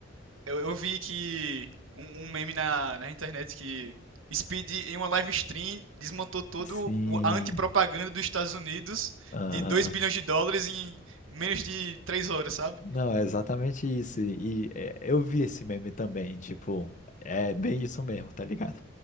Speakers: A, on the right; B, on the left.
A: Eu, eu vi que um, um meme na, na internet que Speed, em uma live stream, desmontou toda
B: Sim.
A: a antipropaganda dos Estados Unidos
B: Aham.
A: de 2 bilhões de dólares em menos de 3 horas, sabe?
B: Não, é exatamente isso. E, e, é, eu vi esse meme também, tipo, é bem isso mesmo, tá ligado?